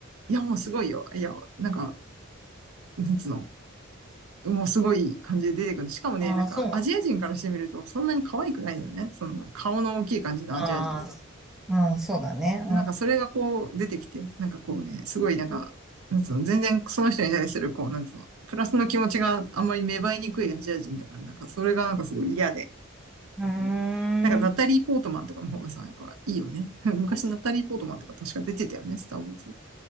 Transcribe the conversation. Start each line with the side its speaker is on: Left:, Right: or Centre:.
Right: いやもうすごいよ。いや、なんか、なんつうの。もうすごい感じで出てくる。しかもね、
Centre: ああ、
Right: なんかアジア人からしてみるとそんなに可愛くないよね。
Centre: そうなんだ。
Right: その顔の大きい感じのアジア人。
Centre: ああ、うん、そうだね。
Right: なんかそれがこう出てきて、なんかこうね、すごいなんか、なんつうの、全然その人に対するこう、なんつうの、プラスの気持ちがあんまり芽生えにくいアジア人だから、なんかそれがなんかすごい嫌で。
Centre: うん。
Right: なんかナタリー・
Centre: うーん。
Right: ポートマンとかの方がさ、やっぱいいよね。<laughs> 昔ナタリー・ポートマンとか確か出てたよね、スター・ウォーズ。